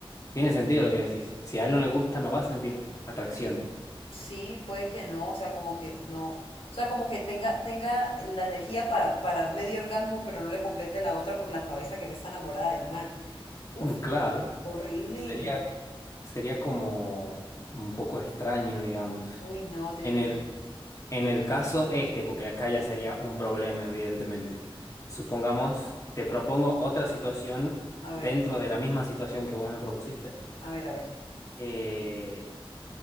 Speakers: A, on the left (about 35°); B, on the left (about 70°).
A: tiene sentido lo que decís. Si a él no le gusta, no va a sentir atracción.
B: Sí, puede que no, o sea, como que no, o sea, como que tenga, tenga la energía pa- para medio orgasmo, pero no le complete la otra por la cabeza que no está enamorada del man. Uf,
A: Mm, claro,
B: horrible.
A: sería, sería como un poco extraño, digamos.
B: Uy, no, tiene
A: En
B: que
A: el,
B: ser.
A: En el caso este, porque acá ya sería un problema, evidentemente. Supongamos, te propongo otra situación
B: A ver,
A: dentro de la misma situación que vos me propusiste.
B: a ver, a ver.
A: Eh,